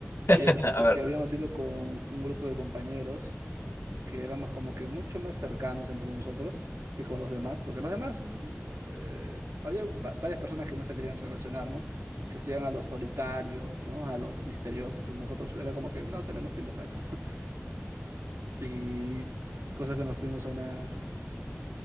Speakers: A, on the right (about 90°); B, on the left (about 55°).
A: Y
B: <laughs>
A: el punto
B: A ver,
A: es que habíamos ido con un grupo de compañeros que éramos como que mucho más cercanos entre nosotros que con los demás, porque los demás, mm, eh, había un- va- varias personas que no se querían relacionar, ¿no? Se hacían a los solitarios, ¿no? A los misteriosos, y nosotros era como que no tenemos tiempo para eso. <laughs> Y cosa que nos fuimos a una